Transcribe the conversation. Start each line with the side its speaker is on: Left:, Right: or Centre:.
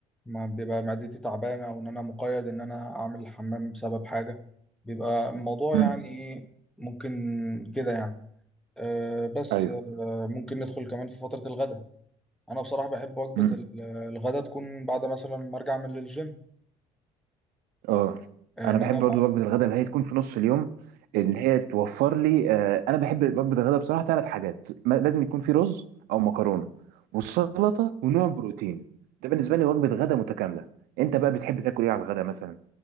Centre: ما بيبقى معدتي تعبانه او ان انا مقيد ان انا اعمل الحمام بسبب حاجه بيبقى الموضوع
Right: مم.
Centre: يعني ايه ممكن كده يعني أه بس
Right: ايوه
Centre: أه ممكن ندخل كمان في فتره الغداء انا بصراحه بحب وجبه
Right: مم.
Centre: ال- الغداء تكون بعد مثلا ما ارجع من الجيم
Right: اه
Centre: آه،
Right: انا
Centre: ان
Right: بحب
Centre: انا
Right: برضو وجبه الغداء اللي هي تكون في نص اليوم ان هي توفر لي آه، انا بحب وجبه الغداء بصراحه ثلاث حاجات ما- لازم يكون في رز او مكرونه والسلطه ونوع بروتين ده بالنسبه لي وجبه غداء متكامله انت بقى بتحب تاكل ايه على الغداء مثلا